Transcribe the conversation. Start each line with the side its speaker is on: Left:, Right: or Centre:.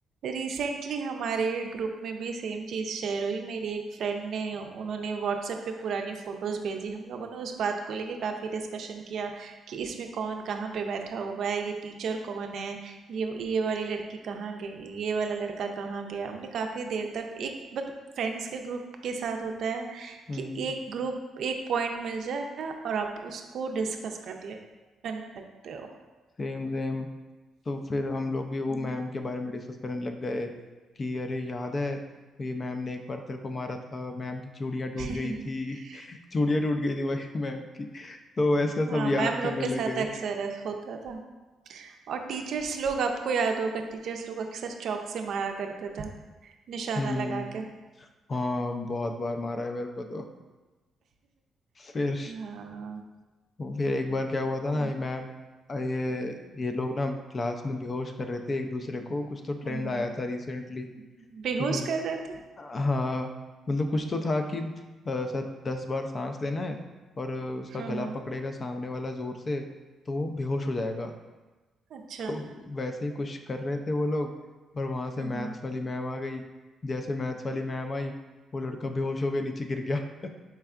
Right: रिसेंटली हमारे ग्रुप में भी सेम चीज़ शेयर हुई मेरी एक फ्रेंड ने उन्होंने व्हाट्सएप पे पुरानी फ़ोटोज़ भेजी हम लोगों ने उस बात को लेके काफ़ी डिस्कशन किया कि इसमें कौन कहाँ पे बैठा हुआ है ये टीचर कौन है ये ये वाली लड़की कहाँ गई ये वाला लड़का कहाँ गया हमने काफ़ी देर तक एक बट फ्रेंड्स के ग्रुप के साथ होता है
Left: हम्म
Right: कि एक ग्रुप एक पॉइंट मिल जाए और आप उसको डिस्कस कर ले कर सकते हो
Left: Same same तो फिर हम लोग भी वो
Right: हम्म,
Left: मैम के बारे में डिस्कस करने लग गए कि अरे याद है ये मैम ने एक बार तेरे को मारा था मैम की चूड़ियां टूट
Right: हम्म।
Left: गई थी
Right: <laughs>
Left: <laughs> चूड़ियां टूट गई थी भाई मैम की तो ऐसा सब
Right: हाँ
Left: याद
Right: मैम लोग
Left: करने
Right: के
Left: लगे
Right: साथ अक्सर ऐसा होता था और टीचर्स लोग आपको याद होगा टीचर्स लोग अक्सर चौक से मारा करते थे निशाना
Left: हम्म
Right: लगा के <laughs>
Left: हाँ बहुत बार मारा है मेरे को तो फिर
Right: हाँ
Left: फिर एक बार क्या हुआ था
Right: हम्म
Left: ना ये मैम ये ये लोग ना क्लास में बेहोश कर रहे थे एक दूसरे को कुछ तो ट्रेंड
Right: हम्म
Left: आया था रिसेंटली
Right: हम्म। बेहोश
Left: ठीक है
Right: कर रहे थे
Left: हाँ मतलब कुछ तो था कि अ, शायद दस बार सांस लेना है और उसका
Right: हम्म
Left: गला पकड़ेगा सामने वाला जोर से तो वो बेहोश हो जाएगा
Right: अच्छा
Left: <laughs> तो वैसे ही कुछ कर रहे थे वो लोग और वहां से
Right: हम्म
Left: मैथ्स
Right: हम्म।
Left: वाली मैम आ गई जैसे मैथ्स वाली मैम आई वो लड़का बेहोश होकर नीचे गिर गया